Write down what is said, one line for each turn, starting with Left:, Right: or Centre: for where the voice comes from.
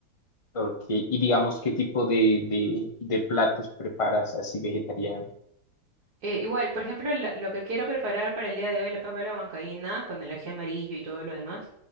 Left: ok. Y digamos, ¿qué tipo de, de, de platos preparas así vegetariano?
Right: Eh, igual, por ejemplo, lo, lo que quiero preparar para el día de hoy, la papa a la huancaína, con el ají amarillo y todo lo demás,